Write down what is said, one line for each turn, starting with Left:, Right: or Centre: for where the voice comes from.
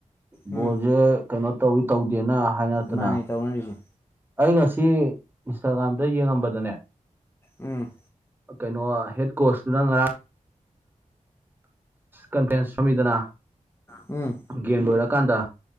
Right: ꯕꯣꯜꯁꯦ
Left: ꯎꯝ
Right: ꯀꯩꯅꯣ ꯇꯧꯋꯤ ꯇꯧꯗꯦꯅ ꯍꯥꯏꯅꯔꯛꯇꯅ
Left: ꯃꯥꯅꯦ ꯇꯧꯅꯔꯤꯁꯦ
Right: ꯑꯩ ꯉꯁꯤ ꯏꯟꯁꯇꯥꯒ꯭ꯔꯥꯝꯗ ꯌꯦꯡꯉꯝꯕꯗꯅꯦ
Left: ꯎꯝ
Right: ꯀꯩꯅꯣ ꯍꯦꯠ ꯀꯣꯁꯅ ꯉꯔꯥꯡ ꯀꯟꯐꯔ꯭ꯦꯟꯁ ꯁꯨꯃꯤꯗꯅꯥ
Left: ꯎꯝ
Right: ꯒꯦꯝ ꯂꯣꯏꯔꯀꯥꯟꯗ